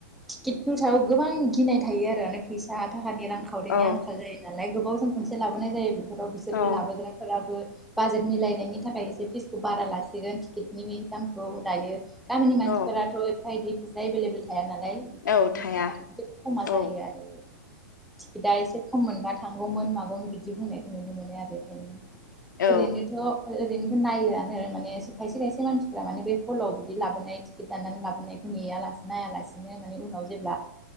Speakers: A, in the centre; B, on the left (about 80°).
A: टिकितनि सायाव गोबां गिनाय थायो आरो माने फैसा था खानि रांखाविनि
B: औ
A: आखाल जायो नालाय गोबावजों खनसे लाबोनाय जायो बे न'खराव बिसोरबो
B: औ
A: लाबोग्राफोराबो बाजेट मिलायनायनि थाखाय एसे फिसखौ बारा लासिगोन टिकिटनि दामखौ लायो गामिनि मानसिफोराथ'
B: औ
A: एफाइदि एभेलेबोल थाया ना बेफोरबायदिनि
B: औ थाया
A: थाखायबो खमा
B: औ
A: जायो आरो टिकेटआ एसे खम मोनबथाय थांगौमोन मागौमोन बिदि बुंनायखौ नुनो मोनो आरो ओंखायनो
B: औ
A: ओरैनोथ ओ-ओरै नायो माने खायसे खायसे मानसिफ्रा माने बे हलाव बिदि लाबोनाय टिकेट दाननानै लाबोनायखौ नेया लासे नाया लासिनो माने उनाव जेब्ला